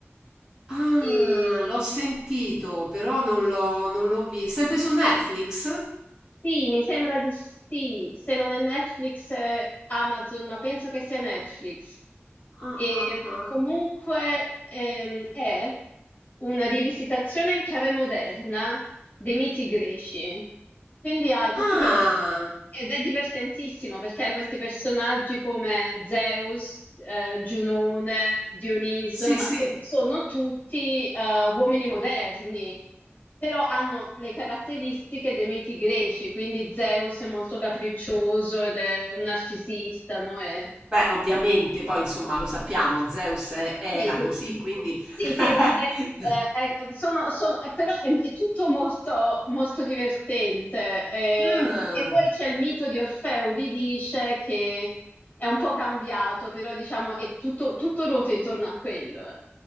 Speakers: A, on the right (about 20°); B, on the left (about 35°).
A: Ah,
B: E-
A: l'ho sentito, però non l'ho, non l'ho visto. Sempre su Netflix?
B: Sì, mi sembra di sì, se non è Netflix, è Amazon, ma penso che sia Netflix.
A: Ah,
B: E
A: ah, ah.
B: comunque ehm, è una rivisitazione in chiave moderna dei miti greci. Quindi hai tutti
A: Ah,
B: questi... Ed è divertentissimo perché hai questi personaggi come Zeus, eh, Giunone, Dioniso,
A: sì,
B: ma
A: sì.
B: so- sono tutti eh, uomini moderni. Però hanno le caratteristiche dei miti greci, quindi Zeus è molto capriccioso ed è un narcisista, no? E-
A: Beh, ovviamente poi insomma lo sappiamo, Zeus è era
B: sì, sì.
A: così, quindi
B: Sì,
A: <laughs>
B: sì, ma se- eh, eh, eh, sono, sono- eh, però è, è tutto molto, molto divertente. eh,
A: Ah,
B: e poi c'è il mito di Orfeo, Euridice, che è un po' cambiato, però diciamo è tutto, tutto ruota intorno a quello. eh.